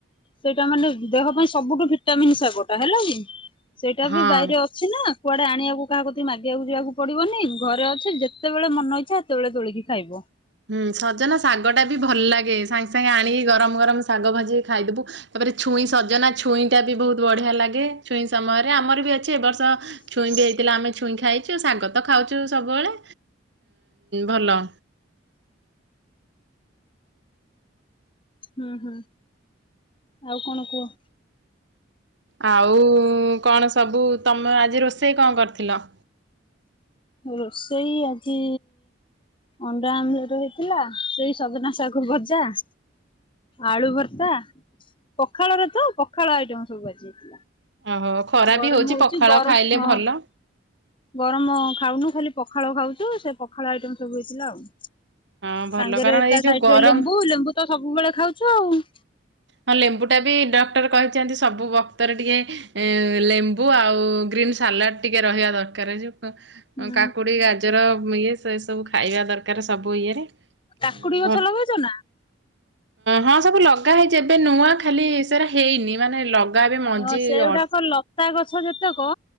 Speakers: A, on the left; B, on the right.
A: ସେଇଟା ମାନେ ଦେହ ପାଇଁ ସବୁଠୁ ଭିଟାମନ୍ ଶାଗଟା ହେଲା କି। ସେଇଟା
B: ହଁ।
A: ବି ବାଇରେ ଅଛି ନା କୁଆଡେ ଆଣିବାକୁ କାହାକୁ ମାଗିବାକୁ ଯିବାକୁ ପଡିବନି। ଘରେ ଅଛି ଯେତେବେଳେ ମନ ଇଛା ସେତେବେଳେ ତୋଳିକି ଖାଇବ।
B: ହୁଁ ସଜନା ଶାଗ ଟା ବି ଭଲ ଲାଗେ ସାଙ୍ଗେ ସାଙ୍ଗେ ଆଣିକି ଗରମ ଗରମ ଶାଗ ଭାଜିକି ଖାଇଦବୁ। ତାପରେ ଛୁଇଁ ସଜନା ଛୁଇଁ ଟା ବି ବହୁତ ବଢିଆ ଲାଗେ, ଛୁଇଁ ସମୟରେ ଆମର ବି ଅଛି ଏବ ବର୍ଷ ଛୁଇଁ ବି ହେଇଥିଲା, ଆମେ ଛୁଇଁ ଖାଇଛୁ ଶାଗ ତ ଖାଉଛୁ ସବୁବେଳେ ଭଲ।
A: ହୁଁ ହୁଁ ଆଉ କଣ କୁହ?
B: ଆଉ କଣ ସବୁ ତମେ ଆଜି ରୋଷେଇ କଣ କରିଥିଲ?
A: ରୋଷେଇ ଆଜି ଅଣ୍ଡା ଆମ୍ଲେଟ୍ ହେଇଥିଲା, ସେଇ ସଜନା ଶାଗ ଭଜା। ଆଳୁ ଭର୍ତ୍ତା ପଖାଳରେ ତ ପଖାଳ ଆଇଟମ ସବୁ ଆଜି ହେଇଥିଲା।
B: ଓହୋ ଖରା
A: ଗରମ
B: ବି ହଉଛି ପଖାଳ
A: ଗରମ
B: ଖାଇଲେ
A: ହଁ
B: ଭଲ।
A: ଗରମ ଖାଉନୁ ଖାଲି ପଖାଳ ଖାଉଛୁ ସେ ପଖାଳ ଆଇଟମ ସବୁ ହେଇଥିଲା ଆଉ।
B: ହଁ ଭଲ
A: ସାଙ୍ଗରେ
B: କାରଣ ଏଇ
A: ତା ସାଇରେ
B: ଯୋଉ ଗରମ
A: ଲେମ୍ବୁ, ଲେମ୍ବୁ ତ ସବୁବେଳେ ଖାଉଛୁ ଆଉ।
B: ହଁ ଲେମ୍ବୁ ଟା ବି ଡକ୍ଟର କହିଛନ୍ତି ସବୁ ବକ୍ତରେ ଟିକେ ଲେମ୍ବୁ ଆଉ ଗ୍ରୀନ୍ ସାଲାଡ ଟିକେ ରହିବା ଦରକାର ଯଉ
A: ହୁଁ।
B: କାକୁଡି ଗାଜର ଇଏ ଏ ସେ ଏସବୁ ଖାଇବା ଦରକାର ସବୁ ଇଏରେ।
A: କାକୁଡି
B: ଭଲ
A: ଗଛ ଲଗେଇଛ ନା?
B: ହଁ ସବୁ ଲଗ ଲଗା ହେଇଚି ଏବେ ନୂଆଁ ଖାଲି ସାରା ହେଇନି ମାନେ ଏବେ ମଞ୍ଜି
A: ହଁ ସେଗୁଡାକ
B: ଅ
A: ଲତା ଗଛ ଯେତେକ,